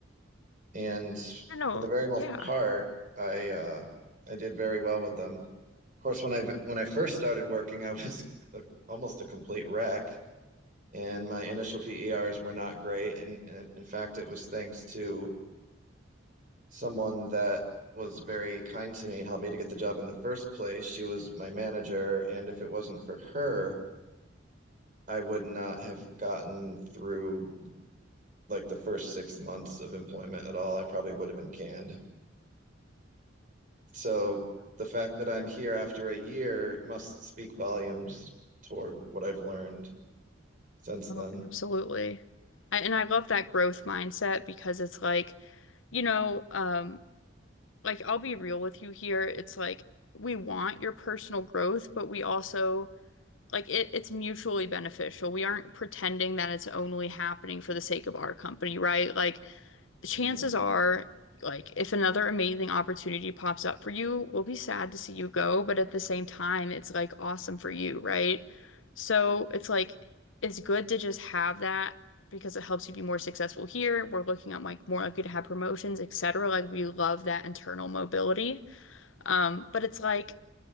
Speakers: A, on the right; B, on the left.
A: And
B: I know.
A: for the very most
B: Yeah.
A: part, I uh, I did very well with them. Of course, when I when I first started working, I was a, almost a complete wreck, and my initial PERs were not great. And, and in fact, it was thanks to someone that was very kind to me and helped me to get the job in the first place. She was my manager, and if it wasn't for her, I would not have gotten through like the first six months of employment at all. I probably would have been canned. So the fact that I'm here after a year must speak volumes toward what I've learned since
B: Oh,
A: then.
B: absolutely. I, and I love that growth mindset because it's like, you know, um, like I'll be real with you here. It's like we want your personal growth, but we also like it, it's mutually beneficial. We aren't pretending that it's only happening for the sake of our company, right? Like chances
A: Mhm.
B: are, like, if another amazing opportunity pops up for you, we'll be sad to see you go, but at the same time, it's like awesome for you, right? So it's like it's good to just have that because it helps you be more successful here. We're looking at like more likely to have promotions, etc. Like we love that internal mobility. Um, but it's like